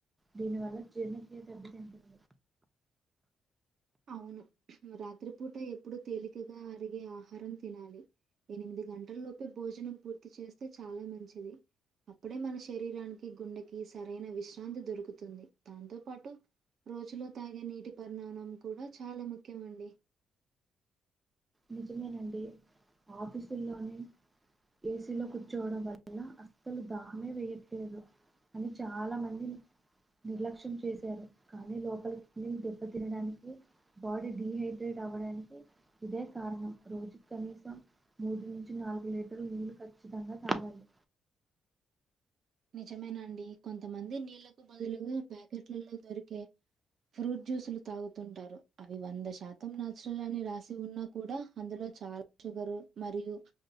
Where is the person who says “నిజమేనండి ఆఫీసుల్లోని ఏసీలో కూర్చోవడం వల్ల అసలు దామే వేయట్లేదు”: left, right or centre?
Right